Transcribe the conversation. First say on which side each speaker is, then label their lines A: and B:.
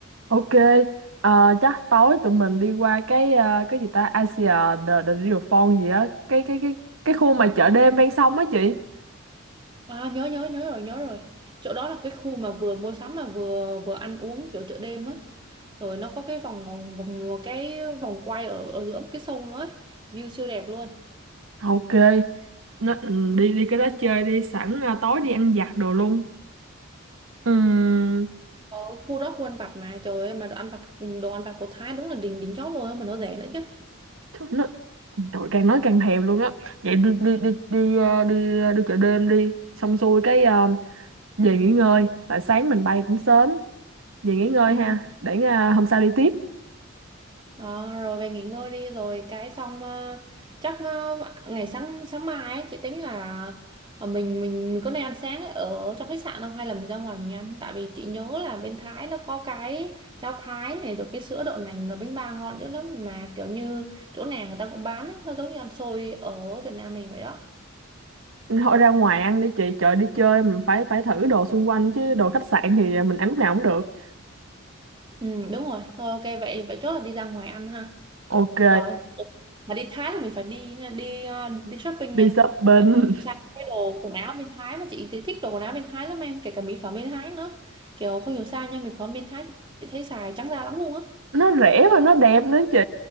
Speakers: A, on the right; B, on the right.
A: Ok, ờ, chắc tối tụi mình đi qua cái ờ, cái gì ta Asia the, the Riverfront gì á, cái cái cái cái khu mà chợ đêm ven sông á chị.
B: À nhớ nhớ nhớ rồi nhớ rồi chỗ đó là cái khu mà vừa mua sắm mà vừa vừa ăn uống kiểu chợ đêm á rồi nó có cái vòng vòng vòng cái vòng quay ở ở giữa cái sông nữa ấy. View siêu đẹp luôn
A: Ok, nó, ừ, đi đi cái đó chơi đi, sẵn ờ, tối đi ăn vặt đồ luôn. Ừm,
B: ở khu đó khu ăn vặt mà trời ơi mà đồ ăn vặt đồ ăn vặt của Thái đúng là đỉnh đỉnh chóp luôn á, mà nó rẻ nữa chứ
A: thôi nó trời càng nói càng thèm luôn á. Vậy đi đi đi đi ờ, đi đi chợ đêm đi, xong xuôi cái ờ, về nghỉ ngơi, tại sáng mình bay cũng sớm, về nghỉ ngơi
B: Ừ,
A: ha, để ờ, hôm sau đi tiếp.
B: Ờ, rồi về nghỉ ngơi đi rồi cái xong ờ, chắc ờ, ngày sáng sáng mai ấy, chị tính là ờ, mình mình mình có nên ăn sáng ở trong khách sạn không hay là mình ra ngoài mình ăn tại vì chị nhớ là bên Thái nó có cái cháo Thái này rồi cái sữa đậu nành rồi bánh bao ngon dữ lắm mà kiểu như chỗ nào người ta cũng bán ấy, nó giống như ăn xôi ở Việt Nam mình vậy đó
A: thôi ra ngoài ăn đi chị chợ đi chơi mình phải phải thử đồ xung quanh chứ đồ khách sạn thì mình ăn lúc nào cũng được
B: ừ đúng rồi thôi ok vậy vậy chốt là đi ra ngoài ăn ha
A: ok
B: rồi Ủa, mà đi Thái thì mình phải đi đi ờ, đi shopping
A: đi
B: nha
A: shopping
B: tại không sao cái đồ quần áo bên Thái mà chị thì thích đồ quần áo bên Thái lắm em kể cả mỹ phẩm bên Thái nữa kiểu không hiểu sao nha mỹ phẩm bên Thái chị thấy xài trắng da lắm luôn á
A: <laughs> nó rẻ và nó đẹp nữa chị